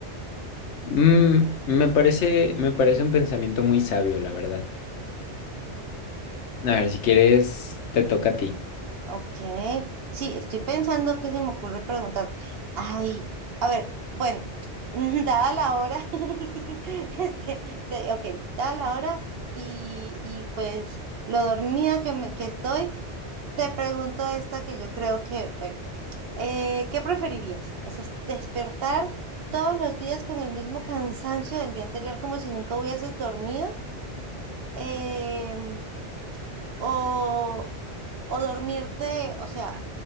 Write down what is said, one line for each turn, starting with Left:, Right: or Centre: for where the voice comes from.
Left: Mm, me parece, me parece un pensamiento muy sabio, la verdad. A ver, si quieres, te toca a ti.
Right: Ok, sí, estoy pensando que se me ocurre preguntar. Ay, a ver, bueno, <laughs> dada la hora, <laughs> este, te- ok, dada la hora y, y pues lo dormida que, me, que estoy, te pregunto esta que yo creo que, bueno, eh, ¿qué preferirías? O sea, despertar todos los días con el mismo cansancio del día anterior como si nunca hubieses dormido, em, o, o dormirte, o sea,